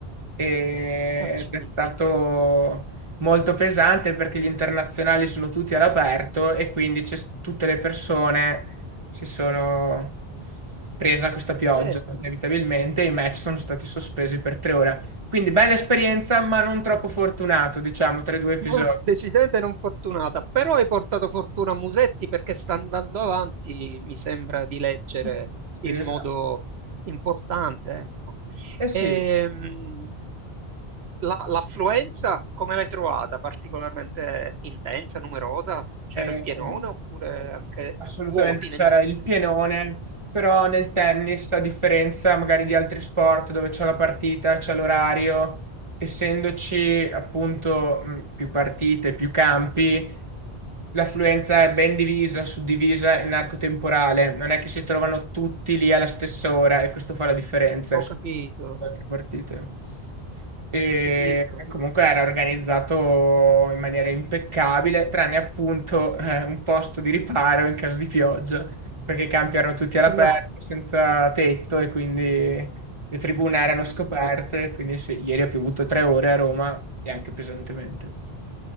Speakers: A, on the right (about 30°); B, on the right (about 75°).
A: ed
B: facci
A: è
B: picchi.
A: stato molto pesante perché gli internazionali sono tutti all'aperto e quindi c'è- tutte le persone si sono presa questa pioggia
B: Certo.
A: inevitabilmente e i match sono stati sospesi per tre ore. Quindi bella esperienza, ma non troppo fortunato, diciamo, tra i due
B: <laughs>
A: episodi.
B: No, Decisamente non fortunata, però hai portato fortuna a Musetti perché sta andando avanti, mi sembra di leggere
A: <laughs> Sì,
B: in
A: esatto.
B: modo importante, ecco.
A: Eh sì,
B: Ehm, la- l'affluenza come l'hai trovata? Particolarmente intensa, numerosa? C'era
A: ehm,
B: il pienone oppure anche
A: Assolutamente
B: vuoti
A: c'era
B: negli spazi?
A: il pienone, però nel tennis, a differenza magari di altri sport dove c'è la partita, c'è l'orario, essendoci appunto mh, più partite, più campi, l'affluenza è ben divisa, suddivisa in arco temporale, non è che si trovano tutti lì alla stessa ora e questo fa la differenza
B: Ho
A: rispetto
B: capito,
A: ad altre partite. E
B: ho capito.
A: comunque era organizzato in maniera impeccabile, tranne appunto eh, un posto di riparo in caso di pioggia, perché i campi erano tutti all'aperto,
B: Quello-
A: senza tetto e quindi le tribune erano scoperte, quindi sì, ieri ha piovuto tre ore a Roma e anche pesantemente.